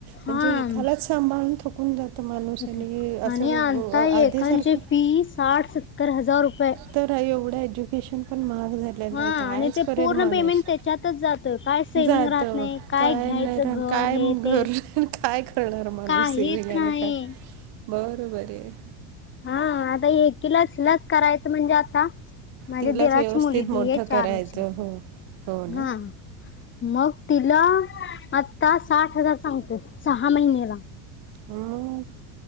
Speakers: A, on the left; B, on the right.
A: हा
B: म्हणजे एकालाच सांभाळ थकून जात माणूस
A: कुठे
B: आणि असं
A: आणि आंता
B: अ,
A: एकांची
B: आधीसारखं
A: फी साठ, सत्तर हजार रुपये.
B: तर एवढं एज्युकेशन पण मह झालेलं
A: हा
B: आहे. कायच
A: आणि ते
B: करेल
A: पूर्ण
B: माणूस
A: पेमेंट त्याच्यातच जातोय काय सेविंग
B: जातो.
A: राहत नाही
B: काय
A: घ्यायचं
B: नाही. राह
A: घर
B: न काय
A: हे
B: घरी
A: ते
B: काय करणार माणूस
A: काहीच
B: सेविंग आणि
A: नाही
B: का बरं बरी हाय.
A: हा. आता एकीलाच लाच करायचं म्हणजे आता माझ्या
B: तिलाच
A: दिराची
B: व्यवस्थित
A: मुलगी
B: मोठं
A: आहे चार
B: करायचं
A: वर्षाची
B: हो हो ना
A: हा. मग तिला आत्ता साठ हजार सांगतीत सहा महिन्याला.
B: अ <unintelligible>